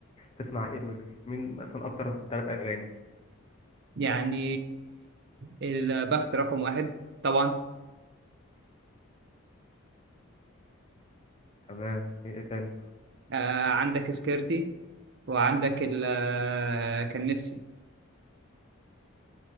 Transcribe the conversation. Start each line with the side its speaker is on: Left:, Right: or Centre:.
Left: تسمع ايه الويجز مين مثلا اكتر ثلاث اغاني
Right: يعني البخت رقم واحد طبعا
Left: تمام ايه إيه تاني
Right: آه، عندك سكيرتي وعندك ال آه، كان نفسي